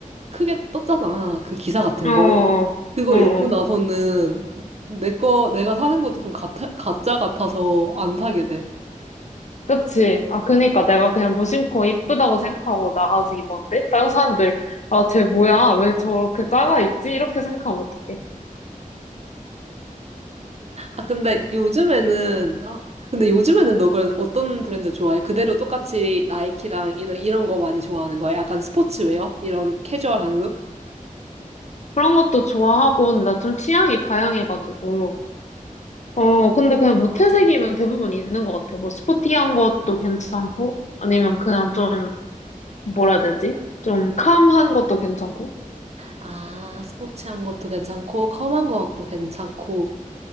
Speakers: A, on the right; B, on the left.
A: 크게 떴잖아. 그 기사 같은
B: 응.
A: 거.
B: 어,
A: 그거
B: 어, 어.
A: 읽고
B: 어.
A: 나서는 내 거, 내가 사는 것도 좀 가짜, 가짜 같아서 안 사게 돼.
B: 그치. 아, 그니까 내가 그냥 무심코 이쁘다고 생각하고 나가서 입었는데? 다른 사람들, 아, 쟤 뭐야? 왜 저렇게 작아 입지? 이렇게 생각하면 어떡해.
A: 아, 근데 요즘에는, 아, 근데 요즘에는 너 그 어떤 브랜드 좋아해? 그대로 똑같이 나이키랑 이런, 이런 거 많이 좋아하는 거야? 약간 스포츠웨어? 이런 캐주얼한 룩?
B: 그런 것도 좋아하고, 근데 나 좀 취향이 다양해가지고. 어, 근데 그냥 무채색이면 대부분 있는 것 같아. 뭐, 스포티한 것도 괜찮고, 아니면 그냥 좀, 뭐라 해야 되지? 좀 캄한 것도 괜찮고.
A: 아, 스포츠한 것도 괜찮고, 컴한 것도 괜찮고.